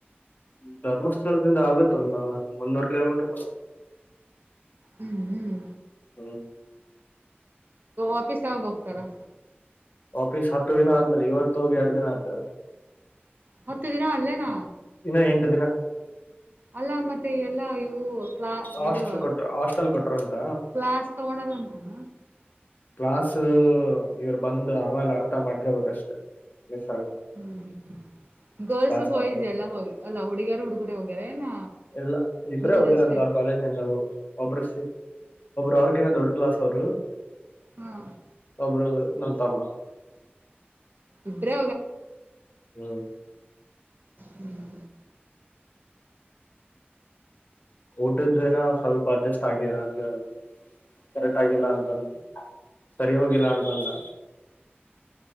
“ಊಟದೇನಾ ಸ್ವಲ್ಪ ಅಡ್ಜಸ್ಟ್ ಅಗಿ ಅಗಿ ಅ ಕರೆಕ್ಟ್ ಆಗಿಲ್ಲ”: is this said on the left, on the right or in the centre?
Left